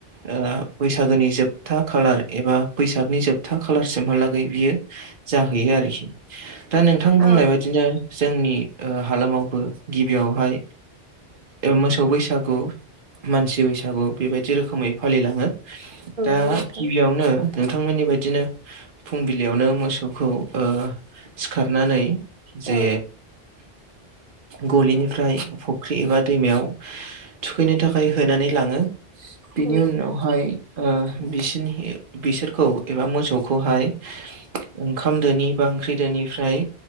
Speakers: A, on the right; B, on the right.
A: ओ बैसागोनि जोबथा खालार एबा बैसागनि जोबथा खालारसिमहालागै बियो जाहैयो आरोखि। दा नोंथां बुंनाय
B: औ
A: बाददिनो जोंनि ओ हालामावबो गिबियावहाय मोसौ बैसागु मानसि बैसागु बेबायदि रोखोमै फालिलाङो। दा
B: नंगौ नोंथां
A: गिबियावनो नोंथांमोननि बायदिनो फुंबिलियावनो मोसौखौ ओ सिखारनानै जे
B: औ
A: गलिनिफ्राय फ'ख्रि एबा दैमायाव थुखैनो थाखाय होनानै लाङो। बेनि
B: औ
A: उनावहाय ओ बिसनि बिसोरखौ एबा मोसौखौहाय ओंखाम दोनि बा ओंख्रि दोनि फ्राय